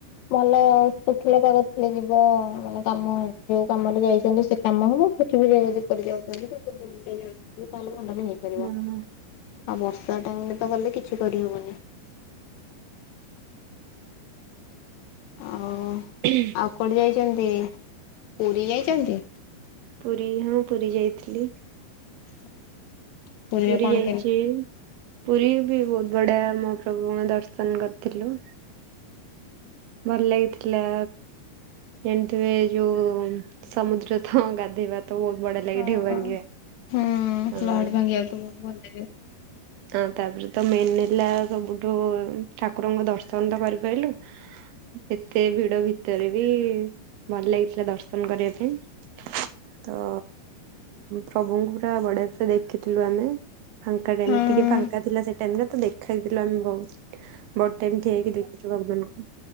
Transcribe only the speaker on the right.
ହୁଁ
ହୁଁ।
ହୁଁ।
ପୁରୀ ହଁ ପୁରୀ ଯାଇଥିଲି।
ପୁରୀ
ଯାଇଛି
ପୁରୀ ବି ବହୁତ ବଢିଆ ମହାପ୍ରଭୁଙ୍କ ଦର୍ଶନ କରିଥିଲୁ। ଭଲ ଲାଗିଥିଲା। ଯେମିତିରେ ଯୋଉ ସମୁଦ୍ର ତ ଗାଧେଇବା ତ ବହୁତ ବଢିଆ ଲାଗେ
ଢେଉ ଭାଙ୍ଗିବା।
ହଁ
ହଁ ତାପରେ ତ ମେନ୍ ହେଲା ସବୁଠୁ ଠାକୁରଙ୍କ ଦର୍ଶନ ତ କରିପାରିଲୁ। ଏତେ ଭିଡ ଭିତରେ ବି ଭଲ ଲାଗିଥିଲା ଦର୍ଶନ କରିବା ପାଇଁ। ତ ପ୍ରଭୁଙ୍କୁ ପୁରା ବଢିଆ ସେ ଦେଖିଥିଲୁ ଆମେ। ଫାଙ୍କା ଟାଇମ୍
ଟିକେ ଫାଙ୍କା ଥିଲା ସେଇଟା ତ ଦେଖଥିଲୁ ଆମେ ବହୁତ ବ ଟାଇମ ଠିଆଇକି ଦେଖଛୁ ଭଗବାନଙ୍କୁ।